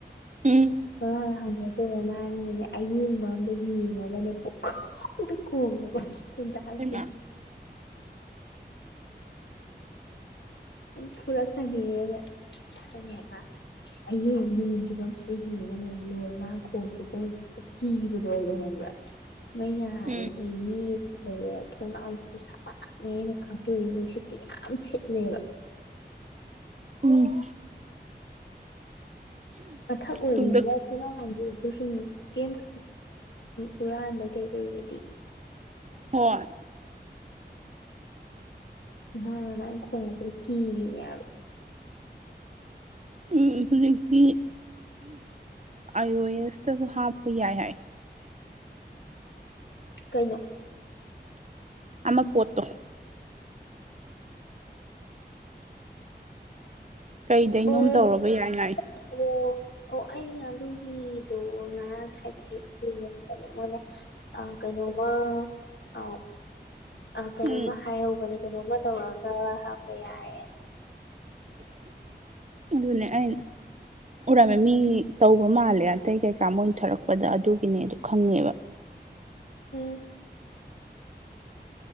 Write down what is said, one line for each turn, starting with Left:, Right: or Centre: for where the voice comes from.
Right: ꯎꯝ
Left: ꯊꫭꯡꯅꯥꯎꯋꯦ ꯍꯥꯡꯇꫭ ꯇꯧꯝꯃꯦꯃꯥꯖꯤꯅꯅꯦ ꯑꯌꯦꯡꯕ ꯑꯝꯗ ꯌꯦꯡꯉꯒꯅꯦ ꯄꯨꯡꯈꫭꯡꯗ ꯈꫭꯡꯕꯀꫭ ꯅꯨꯡꯗꯥꯡꯖꯦ
Right: ꯍꯩꯃꯥ
Left: ꯐꯨꯔꯛ ꯆꯅꯤ <unintelligible> ꯍꯌꯦꯡ ꯌꯦꯡꯈꯤꯕꯁꯤꯗ ꯌꯦꯡꯉꯅꯦ ꯂꯣꯏꯔꯦ ꯃꯥꯅ ꯈꯣꯡꯉꯤ ꯈꯨꯈꫭꯡꯖꯦ ꯍꯦꯛꯇ ꯀꯤꯕꯗꯣ ꯑꯩꯖꯩ ꯈꯪꯕꯔꯥ ꯃꯩꯅ ꯉꯥꯜꯂꯗꯤ
Right: ꯎꯝ
Left: ꯐꯩ ꯃꯤꯁꯦ ꯁꯤꯖꯔꯦ ꯊꯣꯡꯅꯥꯎꯖꯤꯖꯨ ꯁꯥꯕꯥꯛꯅꯤ ꯑꯩꯅ ꯐꯥꯛꯇꯣꯛꯏ ꯅꯨꯡꯁꯤꯠꯇꯤ ꯌꯥꯝ ꯁꯤꯠꯂꯦꯕ
Right: ꯎꯝ
Left: ꯃꯊꯛ ꯑꯣꯏꯕ
Right: ꯇꯨꯡꯗ
Left: ꯌꯥ ꯍꯨꯔꯥ ꯍꯥꯏꯗꯑꯁꯨ ꯁꯨꯝꯦꯝꯗ ꯍꯨꯔꯥꯥꯟꯕ ꯀꯩꯀꯔꯤꯒꯤꯗꯤ <unintelligible>
Right: ꯍꯣꯏ
Left: ꯃꯥ ꯑꯗꯥꯟ ꯀꯣꯡꯉꯛꯄꯗꫭ ꯀꯤꯔꯤꯅꯤ ꯍꯥꯏꯕ
Right: ꯎꯝ ꯍꯧꯖꯤꯛꯇꯤ ꯑꯥꯏ ꯑꯣ ꯑꯦꯁꯇꯁꯨ ꯍꯥꯞꯄ ꯌꯥꯏ ꯍꯥꯏ
Left: ꯀꯩꯅꯣ
Right: ꯑꯃ ꯄꯣꯠꯇꯣ ꯀꯩꯗꯩꯅꯣꯝ
Left: ꯑꯣ
Right: ꯇꯧꯔꯒ ꯌꯥꯏ ꯍꯥꯏ
Left: ꯑꯣ ꯑꯣ ꯑꯩ ꯑꯗꯨꯒꯤꯗꯣ ꯉꯔꯥꯡ ꯍꯥꯏꯐꯦꯠ ꯅꯦ ꯃꯣꯏꯅ ꯑ ꯀꯩꯅꯣꯃ ꯑ ꯑ ꯀꯩꯅꯣꯝꯃ
Right: ꯎꯝ
Left: ꯍꯥꯏꯍꯧꯕꯅꯦ ꯀꯩꯅꯣꯝꯃ ꯇꯧꯔꯒ ꯍꯥꯞꯄ ꯌꯥꯏꯅ
Right: ꯑꯗꯨꯅꯦ ꯑꯩꯅ ꯎꯔꯝꯃꯦ ꯃꯤ ꯇꯧꯕ ꯃꯥꯜꯂꯦ ꯑꯇꯩ ꯀꯩꯀꯥ ꯃꯣꯏꯊꯔꯛꯄꯗ ꯑꯗꯨꯒꯤꯅꯦꯗꯣ ꯈꯪꯉꯦꯕ
Left: ꯎꯝ